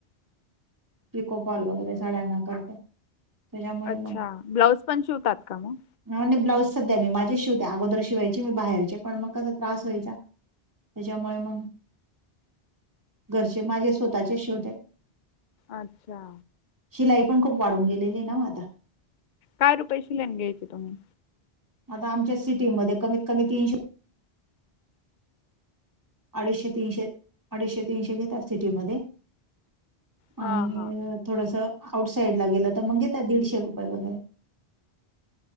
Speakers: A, on the right (about 20°); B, on the left (about 55°).
A: पिको फॉल वगैरे साडयांना करते. त्याच्यामुळे
B: अच्छा. ब्लाऊज पण शिवतात का मग?
A: ह नाही ब्लाउज सध्या मी माझेच शिवते. अगोदर शिवायची मी बाहेरचे पण मग कस त्रास व्हायचा. त्याच्यामुळे मंग, घरचे माझे स्वतःचेच शिवते.
B: अच्छा.
A: शिलाई पण खूप वाढून गेलेली ए ना हो आता?
B: काय <unintelligible> तुम्ही?
A: आता आमच्या सिटीमध्ये कमीत कमी तीनशे- अडीचशे तीनशे. अडीचशे तीनशे घेतात सिटी मध्ये.
B: हा
A: आणि
B: हा
A: थोडस, आउट साइड ला गेलं तर, मग घेता दीडशे रुपये वगैरे.